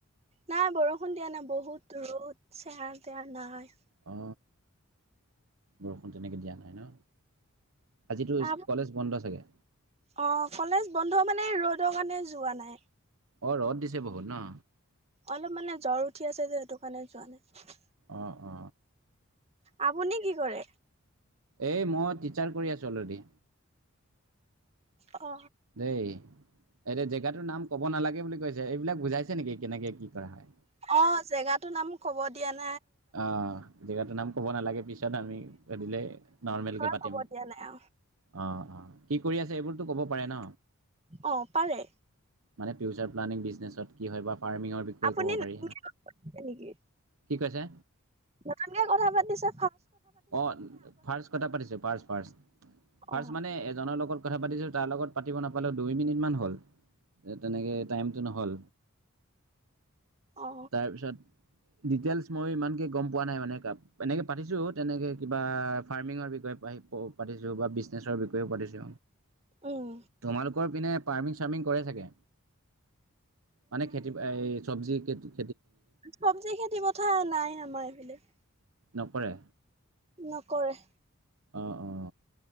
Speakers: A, on the right (about 30°); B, on the right (about 70°).
A: নাই বৰষুণ দিয়া নাই, বহুত ৰ'দ, চেৱা-তেয়া নাই।
B: অ, বৰষুণ তেনেকৈ দিয়া নহয় ন? আজিতো
A: আ,
B: কলেজ বন্ধ চাগে?
A: অ, কলেজ বন্ধ মানে ৰ'দৰ কাৰণে যোৱা নাই।
B: অ, ৰদ দিছে বহুত ন?
A: অলপ মানে জ্বৰ উঠি আছে যে সেইটো কাৰণে যোৱা নাই।
B: অ, অ।
A: আপুনি কি কৰে?
B: এই মই টিচাৰ কৰি আছোঁ অল ৰেডি।
A: অ।
B: দেই এতিয়া জেগাটোৰ নাম কব নালাগে বুলি কৈছে এইবিলাক বুজাইছে নেকি কেনেকে কি কৰা? হয়?
A: অ জেগাটো নাম কব দিয়া নাই।
B: অ জেগাতটো নাম ক'ব নালাগে পিছ কাৰণে আমি পাতিলে নৰ্মেলকে
A: ঘৰ
B: পাতিম
A: কব দিয়া নাই অ
B: অ অ। কি কৰি আছে এইবোৰতো ক'ব পাৰে ন
A: অ পাৰে
B: মানে ফিউচাৰ প্লানিং বিজনেচ কি হয় বা ফাৰ্মিং বিষয়ে
A: আপুনি
B: ক'ব
A: নতুনকে
B: পাৰি।
A: কথা পাতিছে নেকি
B: কি কৈছে?
A: নতুনকে কথা পাতিছা।
B: অ ফাৰ্ষ্ট কথা পাতিছো ফাৰ্ষ্ট ফাৰ্ষ্ট। ফাৰ্ষ্ট
A: অ
B: মানে এজনৰ লগত কথা পাতিছো তাৰ লগত পাতিব নাপ পালো দুই মিনিটমান হ'ল তেনেকে টাইমটো নহ'ল।
A: অ
B: তাৰ পিছত ডিটেইলচ মই ইমানকে গম পোৱা নাই মানে এ এনেকে পাতিছো। তেনেকে কিবা ফাৰ্মিংৰ বিষয়ে প পাতিছো বা বিজনেছৰ বিষয়েও পাতিছো
A: উম
B: তোমালোকৰ পিনে পাৰ্মিং চাৰ্মিং কৰে চাগে। মানে খেতি এই চবজি খে
A: চবজি খেতি পথা নাই আমাৰ এইফালে।
B: নকৰে।
A: নকৰে।
B: অ অ।